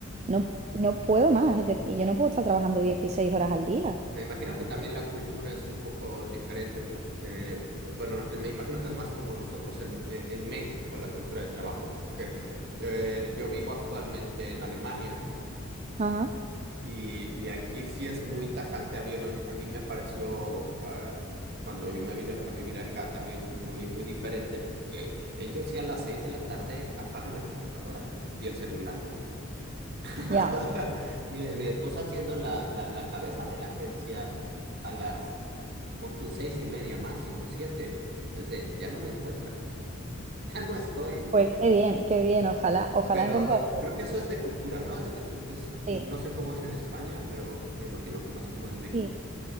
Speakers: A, on the right (about 30°); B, on the right (about 50°).
A: no, no puedo más, es decir, yo no puedo estar trabajando dieciséis horas al día.
B: Me imagino que también la cultura es un poco diferente porque, bueno, me imagino que es más como nosotros en, en en México, la cultura de trabajo, porque eh, yo, vivo actualmente en Alemania
A: Ajá,
B: y, y aquí sí es muy tajante. A mí, ¿no? Yo- a mí me pareció, ah, cuando yo me vine a vivir acá también muy, muy diferente porque ellos sí a las seis de la tarde apagan la computadora y el celular. <laughs>
A: ya.
B: O sea, mi, mi esposa haciendo la, la, la cabeza de la agencia a las, pon tu seis y media, máximo siete. Es de, ya no me encuentras, <laughs> ya no estoy.
A: Pues qué bien, qué bien, ojalá, ojalá
B: Pero
A: encontrar.
B: creo que eso es de cultura, ¿no? Es que es, es-
A: Sí,
B: no sé cómo es en España, pero me imagino que más como en México.
A: sí.